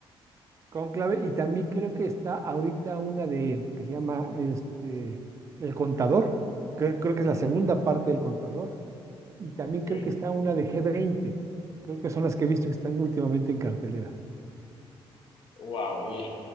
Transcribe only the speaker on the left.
Mm,
ok.
Wow, y